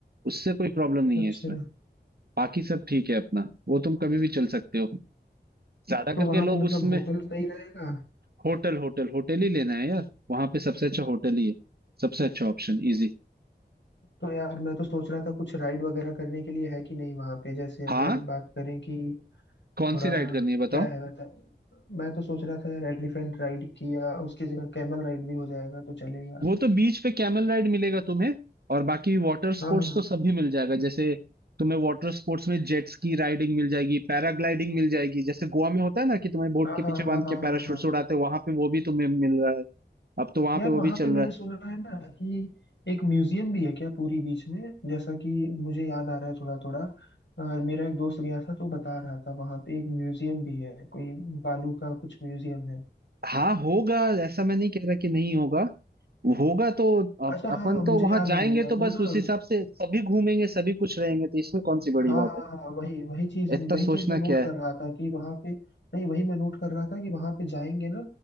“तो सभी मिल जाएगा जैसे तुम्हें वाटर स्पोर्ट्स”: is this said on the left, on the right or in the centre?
Right